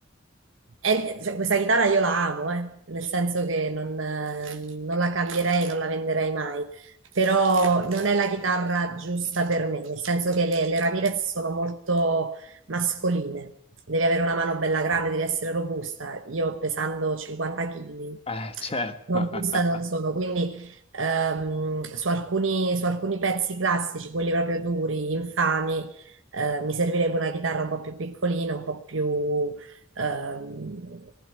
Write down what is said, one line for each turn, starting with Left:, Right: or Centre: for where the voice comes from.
Right: E, cioè, questa chitarra io la amo, eh, nel senso che non, eh, non la cambierei, non la venderei mai, però non è la chitarra giusta per me, nel senso che le, le Ramirez sono molto mascoline, devi avere una mano bella grande, devi essere robusta. Io pesando 50 kg,
Left: Eh, certo.
Right: non
Left: <laughs>
Right: vista non sono, quindi ehm, su alcuni, su alcuni pezzi classici, quelli proprio duri, infami, eh, mi servirebbe una chitarra un po' più piccolina, un po' più ehm,